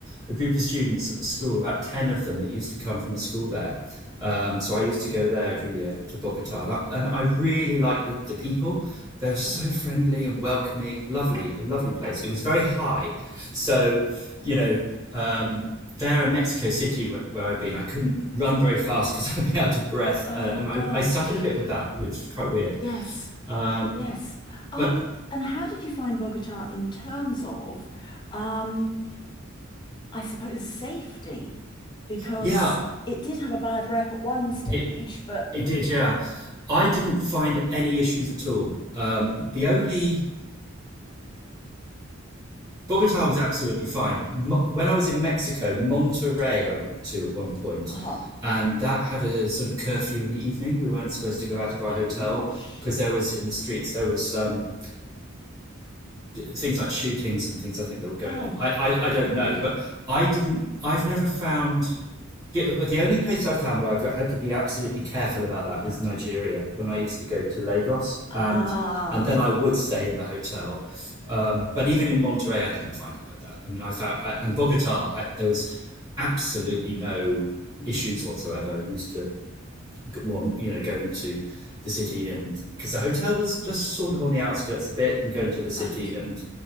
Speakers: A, on the right; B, on the left.
A: a group of students at the school, about ten of them that used to come from a school there. Um, so I used to go there every year to Bogota, that, and I really liked the, the people. They're so
B: right.
A: friendly and welcoming, lovely, a lovely place. It was very high, so you know. Um, there in Mexico City where, where I'd been, I couldn't run very
B: Yeah.
A: fast because <laughs> I'd be out of breath,
B: Oh
A: uh, and I,
B: gosh.
A: I suffered a bit with that, which is quite weird.
B: Yes.
A: Um,
B: Yes. Um,
A: but
B: and how did you find Bogota in terms of um, I suppose safety, because
A: yeah,
B: it did have a bad rep at one stage,
A: it
B: but
A: it did. Yeah, I didn't find any issues at all. Um, the only Bogota was absolutely fine. Mo- when I was in Mexico, Monterrey I went to at one point,
B: ah,
A: and that had a sort of curfew in the evening. We weren't supposed to go out of our
B: oh
A: hotel
B: gosh.
A: because there was in the streets there was um, things like shootings and things. I think that were going
B: Oh,
A: on. I, I I don't
B: right.
A: know, but I didn't. I've never found The, the only place I found where I've had to be absolutely careful about that
B: Yeah.
A: is Nigeria. When I used to go to Lagos,
B: Ah,
A: and and then I would stay in the hotel. Um, but even in Monterey, I didn't find it like that. I mean, I found I, and Bogota, I, there was absolutely no
B: mm,
A: issues whatsoever. I used to one, you know, go into the city, and because the hotel was just sort of on the outskirts a bit, and go into the city,
B: right,
A: and